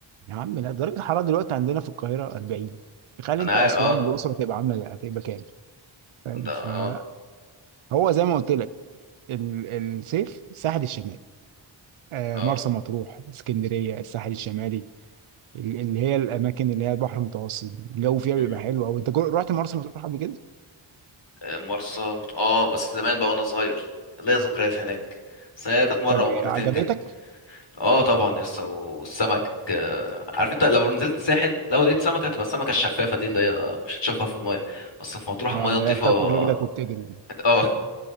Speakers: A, on the right (about 75°); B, on the left (about 60°).
A: يا عم لا درجة الحرارة دلوقتي عندنا في القاهرة 40 تخيل
B: انا
A: انت
B: عارف
A: اسوان والاقصر
B: اه
A: هتبقى عاملة هتبقى كام فاهم
B: ده
A: فلا
B: اه
A: هو زي ما قلت لك ال- الصيف الساحل الشمالي آه،
B: اه
A: مرسى مطروح اسكندريه الساحل الشمالي ال- اللي هي الاماكن اللي هي البحر المتوسط الجو فيها
B: مم.
A: بيبقى حلو قوي انت جو- رحت مرسى مطروح قبل كده
B: آه، مرسى مط... اه بس زمان بقى وانا صغير ليا ذكريات هناك بس هي كانت مره
A: طب
B: او
A: إيه،
B: مرتين
A: عجبتك
B: كده اه طبعا يس والسمك آه، عارف انت لو نزلت الساحل لو لقيت سمكه هتبقى السمكه الشفافه دي اللي هي مش هتشوفها في المايه بس في مطروح المايه
A: اه اللي
B: نضيفه
A: هي بتاكل رجلك
B: <laughs>
A: وبتجري دي
B: اه